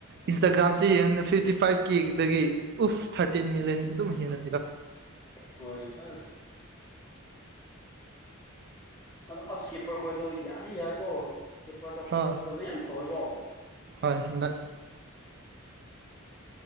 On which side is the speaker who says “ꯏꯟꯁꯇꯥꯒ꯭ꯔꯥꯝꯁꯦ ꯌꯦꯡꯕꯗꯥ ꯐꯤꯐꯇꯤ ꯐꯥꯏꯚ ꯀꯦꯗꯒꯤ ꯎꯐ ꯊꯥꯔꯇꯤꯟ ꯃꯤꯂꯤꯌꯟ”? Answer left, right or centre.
Right